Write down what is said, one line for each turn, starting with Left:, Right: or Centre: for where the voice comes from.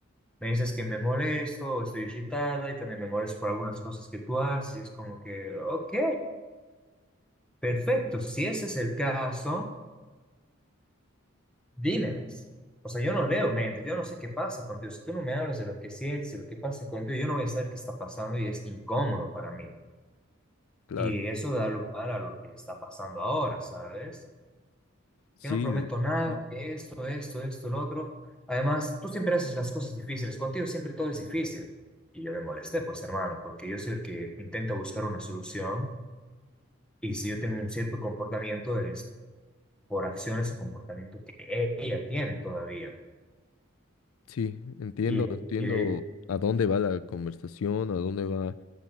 Centre: Me dices que me molesto, o estoy irritada y también me molesto por algunas cosas que tú haces. Y es como que, ok, perfecto, si ese es el caso. dímelas. O sea, yo no leo mentes, yo no sé qué pasa contigo. Si tú no me hablas de lo que sientes, de lo que pasa contigo, yo no voy a saber qué está pasando y es incómodo para mí.
Left: claro.
Centre: Y eso da lugar a lo que está pasando ahora, ¿sabes?
Left: Sí,
Centre: Que no prometo
Left: de-
Centre: nada,
Left: entien-
Centre: que esto, esto, esto, lo otro. Además, tú siempre haces las cosas difíciles, contigo siempre todo es difícil. Y yo me molesté, pues hermano, porque yo soy el que intenta buscar una solución y si yo tengo un cierto comportamiento es por acciones o comportamiento que ella tiene todavía.
Left: sí, entiendo,
Centre: Y, le-
Left: entiendo
Centre: y le
Left: a dónde va la conversación, a dónde va